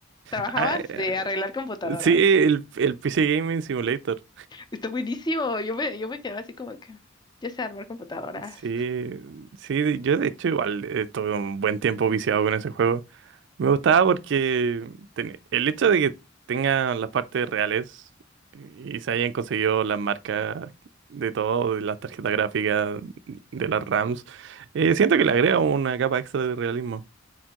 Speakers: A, on the left (about 20°); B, on the right (about 65°).
A: trabajabas
B: Ah, eh,
A: de arreglar computadoras.
B: sí, el, el PC Gaming Simulator.
A: Está buenísimo. Yo me, yo me quedaba así como que, ya sé armar computadoras.
B: Sí, sí, yo de hecho igual estuve un buen tiempo viciado con ese juego. Me gustaba porque ten- el hecho de que tenga las partes reales y se hayan conseguido las marcas de todo, de las tarjetas gráficas, de las RAMs, eh, siento que le agrega una capa extra de realismo.